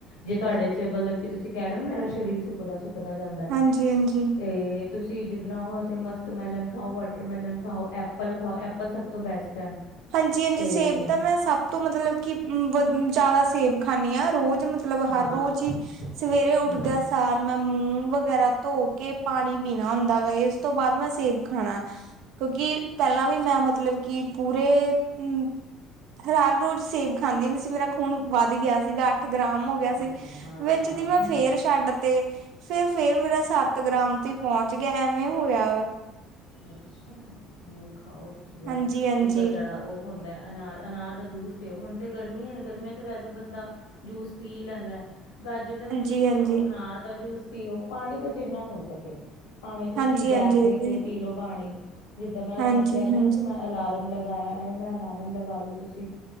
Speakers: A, on the left; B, on the right.
A: ਜੇ ਤੁਹਾਡੇ ਚ ਮਤਲਬ, ਕੀ ਤੁਸੀਂ ਕਹਿ ਰਹੇ ਹੋ ਮੇਰਾ ਸਰੀਰ ਸੁੱਕਦਾ- ਸੁੱਕਦਾ ਜਾਂਦਾ।
B: ਹਾਂਜੀ-ਹਾਂਜੀ।
A: ਤੇ ਤੁਸੀਂ ਜਿੱਦਾਂ ਉਹਸੀਂ ਮਸਕਮੈਲਨ ਖਾਓ, ਵਾਟਰਮੈਲਨ ਖਾਓ, ਐਪਲ ਖਾਓ, ਐਪਲ ਸਭ ਤੋਂ ਬੈਸਟ ਹੈ।
B: ਹਾਂਜੀ- ਹਾਂਜੀ
A: ਅਤੇ
B: ਸੇਬ ਤਾਂ ਮੈਂ, ਸਭ ਤੋਂ ਮਤਲਬ ਕਿ, ਜ਼ਿਆਦਾ ਸੇਬ ਖਾਂਦੀ ਹਾਂ। ਰੋਜ਼ ਮੈਂ ਮਤਲਬ
A: ਹਾਂ
B: ਹਰ ਰੋਜ਼ ਹੀ। ਸਵੇਰੇ ਉੱਠਦਿਆਂ
A: ਹਮ
B: ਸਾਰ ਮੈਂ, ਮੂੰਹ ਵਗੈਰਾ ਧੋ ਕੇ ਪਾਣੀ ਪੀਣਾ ਹੁੰਦਾ ਵਾ। ਇਸ ਤੋਂ ਬਾਅਦ ਮੈਂ ਸੇਬ ਖਾਣਾ, ਕਿਉਂਕਿ ਪਹਿਲਾਂ ਵੀ ਮੈਂ ਮਤਲਬ ਕਿ ਫਰੂਟ ਪੂਰੇ ਹਮ ਹਰ ਰੋਜ਼ ਸੇਬ ਖਾਂਦੀ ਹੁੰਦੀ ਸੀ। ਮੇਰਾ ਖੂਨ ਵੱਧ ਗਿਆ ਸੀਗਾ। ਆਠ ਗ੍ਰਾਮ ਹੋ ਗਿਆ
A: ਹਾਂ
B: ਸੀ,
A: ਹਾਂ
B: ਵਿੱਚ
A: ਹਾਂ
B: ਦੀ ਮੈਂ
A: ਹਾਂ
B: ਫੇਰ ਛੱਡ ਤੇ ਫੇਰ, ਫੇਰ ਮੇਰਾ ਸੱਤ ਗ੍ਰਾਮ ਤੇ ਪਹੁੰਚ ਗਿਆ। ਐਵੇਂ ਹੋਇਆ ਵਾ।
A: ਅੱਛਾ, ਹੋਰ ਖਾਓ ਤੁਸੀਂ ਯਾਰ।
B: ਹਾਂਜੀ-ਹਾਂਜੀ।
A: ਇੱਕ ਜਿਹੜਾ ਉਹ ਹੁੰਦਾ ਅਨਾਰ, ਅਨਾਰ ਦਾ ਜੂਸ ਪਿਓ। ਹੁਣ ਤੇ ਗਰਮੀ ਏ, ਗਰਮੀਆਂ ਤੇ ਵੈਸੇ ਬੰਦਾ ਜੂਸ ਪੀ ਲੈਂਦਾ ਏ। ਗਾਜਰ ਦਾ ਜੂਸ
B: ਹਾਂਜੀ-ਹਾਂਜੀ,
A: ਪੀਓ, ਅਨਾਰ ਦਾ ਜੂਸ ਪੀਓ, ਪਾਣੀ ਤਾਂ ਜਿੰਨਾ ਹੋ ਸਕੇ ਭਾਵੇਂ ਤੁਸੀਂ
B: ਹਾਂਜੀ-ਹਾਂਜੀ
A: ਗੈਪ ਦੇ
B: ਇਹ ਤੇ
A: ਕੇ, ਪੀ ਲੋਓ ਪਾਣੀ। ਜਿੱਦਾਂ ਮੈਂ
B: ਹਾਂਜੀ,
A: ਤੁਹਾਨੂੰ ਕਹਿ ਰਹੀ
B: ਹਾਂਜੀ,
A: ਆਂ ਨਾ। ਵੀ ਮੈਂ ਅਲਾਰਮ ਲਗਾਇਆ ਐਵੇਂ ਮੈਂ। ਅਲਾਰਮ ਲਗਾ ਲੋ ਤੁਸੀਂ